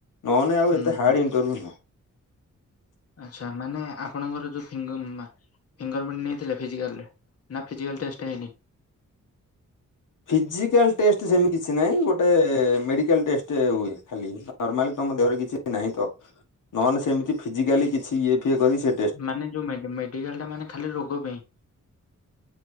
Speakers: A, on the left; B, on the left.
A: ନହେନେ ଆଉ
B: ହୁଁ
A: ଏତେ ହାର୍ଡ
B: ହୁଁ
A: ଇଣ୍ଟରଭୁ ନୁହଁ।
B: ଆଛା। ମାନେ ଆପଣଙ୍କର ଯୋଉ ଫିଙ୍ଗ ଫିଙ୍ଗର ପ୍ରିଣ୍ଟ ନେଇଥିଲେ ଫିଜିକାଲରେ, ନା ଫିଜିକାଲ୍ ଟେଷ୍ଟ ହେଇନି?
A: ଫିଜିକାଲ ଟେଷ୍ଟ ସେମିତି କିଛି ନହିଁ ଗୋଟେ ମେଡିକାଲ ଟେଷ୍ଟ ହୁଏ ଖାଲି। ନର୍ମାଲି ତମ ଦେହରେ କିଛି ନାହିଁ ତ ନହଲେ ସେମତି ଫିଜିକାଲି କିଛି ଇଏ ଏ କରି ସେ <inaudible>
B: ମାନେ ଯୋଉ ମେଡି ମେଡିକାଲ ଟା ମାନେ ଖାଲି ରୋଗ ପେଇଁ।